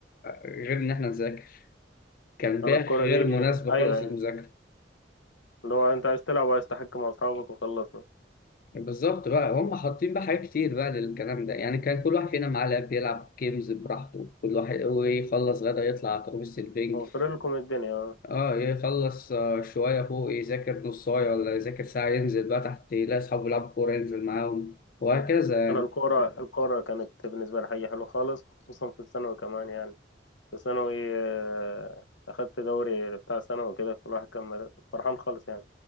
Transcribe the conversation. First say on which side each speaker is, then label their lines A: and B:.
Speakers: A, on the left; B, on the left.
A: غير إن إحنا نذاكر كان
B: انا
A: بيئة
B: الكره
A: غير
B: دي
A: مناسبة
B: ايوه
A: خالص
B: أيوة.
A: للمذاكرة
B: اللي هو انت عايز تلعب وعايز تحكي مع اصحابك وخلصنا
A: بالظبط بقى هم حاطين بقى حاجات كتير بقى للكلام ده يعني كان كل واحد فينا معاه لاب يلعب جيمز براحته كل واحد ويخلص غدا يطلع على ترابيزة البنج
B: موفر لكم الدنيا اه.
A: اه يخلص آه، شوية فوق يذاكر نص ساعة ولا يذاكر ساعة ينزل بقى تحت يلاقي أصحابه يلعبوا كورة ينزل معاهم وهكذا
B: انا الكوره الكوره كانت بالنسبه لي حاجه حلوه خالص خصوصا في الثانوي كمان يعني في الثانوي آه، اخدت دوري بتاع ثانوي كده فالواحد كان مر- فرحان خالص يعني